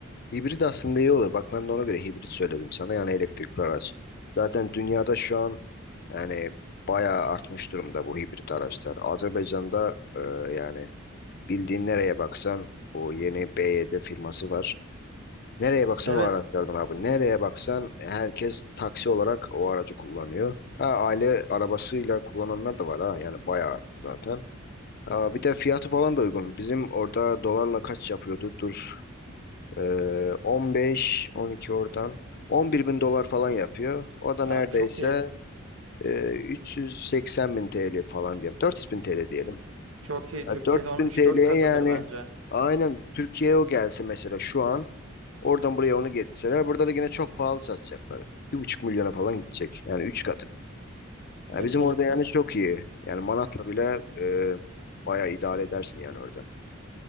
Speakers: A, on the left; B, on the right.
A: Hibrit aslında iyi olur. Bak ben de ona göre hibrit söyledim sana yani elektrikli araç. Zaten dünyada şu an Yani bayağı artmış durumda bu hibrit araçlar. Azerbaycan'da e, yani bildiğin nereye baksan o yeni BYD firması var. Nereye baksan
B: Evet,
A: o araçlardan abi. Nereye baksan herkes taksi olarak o aracı kullanıyor. Ha, aile arabasıyla kullananlar da var ha. Yani bayağı arttı zaten. Ha, bir de fiyatı falan da uygun. Bizim orada dolarla kaç yapıyordu? Dur. E, 15, 12 oradan. 11 bin dolar falan yapıyor. O da neredeyse
B: ya çok iyi.
A: e, 380 bin TL falan diyelim. 400 bin TL diyelim.
B: Çok iyi. Türkiye'de
A: Ya 4000
B: onun üç
A: TL'ye
B: dört katıdır
A: yani
B: bence.
A: aynen Türkiye'ye o gelse mesela şu an oradan buraya onu getirseler burada da yine çok pahalı satacaklar. Bir buçuk milyona falan gidecek. Yani üç katı. Ya
B: Kesinlikle.
A: bizim orada yani çok iyi. Yani Manat'la bile e, bayağı idare edersin yani orada.